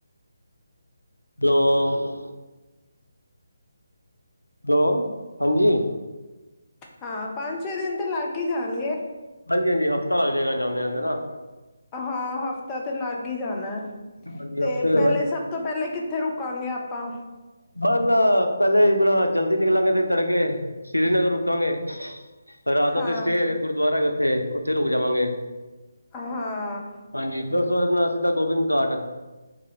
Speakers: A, on the left; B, on the left.
A: <unintelligible> ਹੈਲੋ, ਹਾਂਜੀ।
B: ਹਾਂ ਪੰਜ, ਛੇ ਦਿਨ ਤੇ ਲੱਗ ਹੀ ਜਾਣਗੇ
A: ਹਾਂਜੀ -ਹਾਂਜੀ, ਹਫ਼ਤਾ ਲੱਗ ਜੇ ਗਾ ਜਾਂਦੇ- ਜਾਂਦੇ ਨਾ।
B: ਹਾ ਹਫ਼ਤਾ ਤੇ ਲੱਗ ਹੀ ਜਾਣਾ ਏ,
A: ਹਾਂਜੀ
B: ਤੇ
A: ਹਫ਼ਤੇ
B: ਪਹਿਲੇ ਸਭ- ਤੋ ਪਹਿਲੇ ਕਿੱਥੇ ਰੁਕਾਗੇ ਆਪਾ?
A: ਮ ਬ ਪਹਿਲੇ ਆਪਣਾ ਜਲਦੀ ਨਿਕਲਾਂਗੇ ਤੇ ਤੜਕੇ ਕੇ ਸ੍ਰੀਨਗਰ ਰੁਕਾਂਗੇ ਰਾਤ ਦਾ
B: ਹਾਂ
A: ਤੇ ਸਟੇ ਹੈਗਾ ਗੁਰਦੁਆਰਾ ਹੈਗਾ ਉੱਥੇ- ਉੱਥੇ ਰੁਕ ਜਾਵਾਂਗੇ।
B: ਹਾਂ
A: ਹਾਂਜੀ ਫੇਰ ਉਸ ਤੋ ਬਾਅਦ, ਆਪਣਾ ਸਿੱਧਾ ਗੋਬਿੰਦ ਘਾਟ।